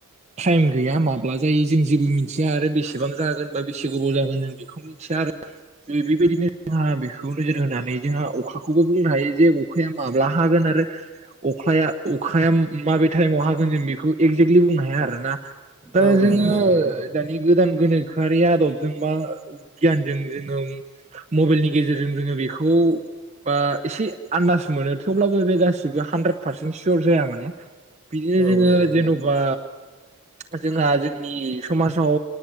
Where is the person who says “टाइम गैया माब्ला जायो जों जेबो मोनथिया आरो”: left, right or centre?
Right